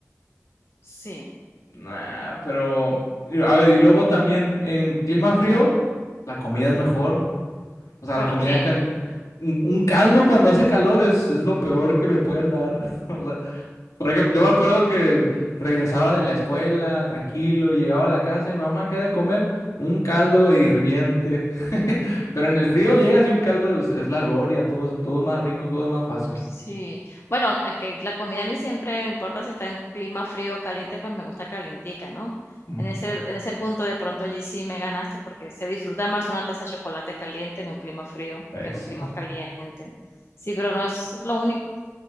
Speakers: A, on the left (about 50°); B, on the left (about 80°).
A: Sí.
B: Nah, pero... y- A ver, y luego también en clima frío, la comida es mejor. O sea,
A: ¿Por
B: la comida
A: qué?
B: caliente. Un, un caldo cuando hace calor es, es lo peor que me pueden dar. <laughs> O sea, por ejemplo, yo me acuerdo que regresaba de la escuela tranquilo, llegaba a la casa y mamá, ¿qué hay de comer? Un caldo hirviente. <laughs> Pero en el frío llegas y un caldo es, es la gloria, todo es, todo es más rico, todo es más fácil.
A: Sí, bueno, aunque la comida a mí siempre no importa si está en clima frío o caliente, pues me gusta calientica, ¿no?
B: Mm,
A: En ese, en ese punto de pronto allí sí me ganaste porque se disfruta más una taza de chocolate caliente en un clima frío
B: Eso.
A: que en un clima caliente. Sí, pero no es lo único,